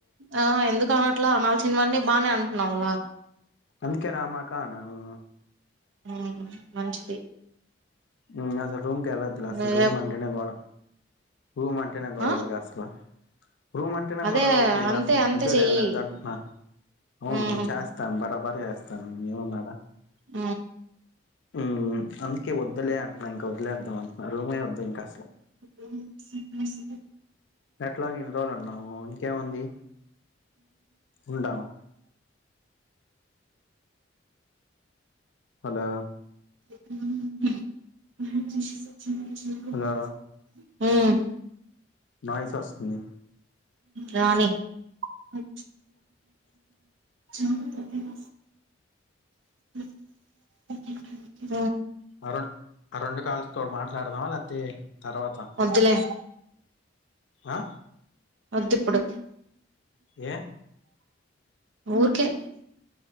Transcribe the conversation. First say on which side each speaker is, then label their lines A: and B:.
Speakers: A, on the right; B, on the left.
A: ఆ ఎందుకు అనట్లే అనాల్సిన అవన్నీ బానే అంటున్నావు గా
B: అందుకే రామాకా అన్నను
A: హు మంచిది
B: హు అసలు రూమ్ కెల్లోద్దురా అసలు
A: నువ్వే
B: రూమ్ అంటేనే గోల రూమ్ అంటేనే గొడవలుగా
A: ఆ
B: అసలు రూమ్ అంటేనే
A: అదే
B: గొడవలు అవుతున్నాయి
A: అంతే
B: అస్సలు వద్దు
A: అంతే చెయ్యి
B: లే వెళ్ళదు అంటున్నా అవును
A: మ్మ్
B: చేస్తాను బరాబరి చేస్తాను ఏమున్నాడా
A: హు
B: హు అందుకే వద్దులే అంటున్నా ఇంక వదిలేద్దాం అంటున్నా రూమే వద్దు ఇంకా అసలు
A: <unintelligible>
B: ఎట్లాగ ఇన్ని రోజులు ఉన్నాము ఇంకేముంది ఉందాము హలో
A: <unintelligible> <unintelligible>
B: హలో నాయస్ వస్తుంది
A: రానీ <unintelligible> చూడు దగ్గరకు వస్తుంది <unintelligible>
B: అరుణ్ రెండు కాలుతో మాట్లాడుదామా లేకపోతే తర్వాత
A: వద్దులే
B: ఆహ
A: వద్దు ఇప్పుడు
B: ఏ
A: ఊరికే